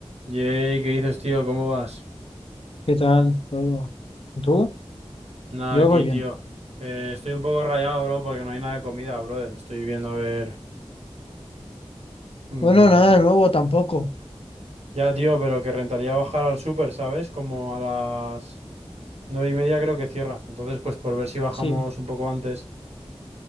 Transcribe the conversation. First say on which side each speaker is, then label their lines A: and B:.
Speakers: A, on the right (about 80°); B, on the left (about 60°).
A: Yey, ¿qué dices, tío? ¿Cómo vas?
B: ¿Qué tal? todo? ¿Y ¿Tú?
A: Nada,
B: Yo
A: aquí,
B: voy bien.
A: tío. Eh, estoy un poco rayado, bro, porque no hay nada de comida, brother. Estoy viendo a ver. mm,
B: Bueno, nada nuevo tampoco.
A: Ya, tío, pero que rentaría bajar al súper, ¿sabes? Como a las nueve y media creo que cierra. Entonces, pues por ver si bajamos
B: Sí.
A: un poco antes.